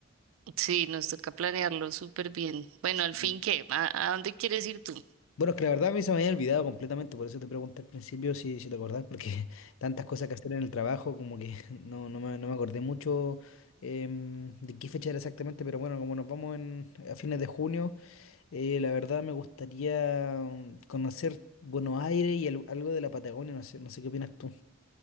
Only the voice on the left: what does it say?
Sí.
Bueno, es que la verdad a mí se me había olvidado completamente, por eso te pregunté al principio si, si te acordás, porque <laughs> tantas cosas que hacer en el trabajo, como que <laughs> no, no me, no me acordé mucho em, de qué fecha era exactamente, pero bueno, como nos vamos en, a fines de junio. Eh, la verdad me gustaría mm, conocer Buenos Aires y al- algo de la Patagonia, no sé, no sé qué opinas tú.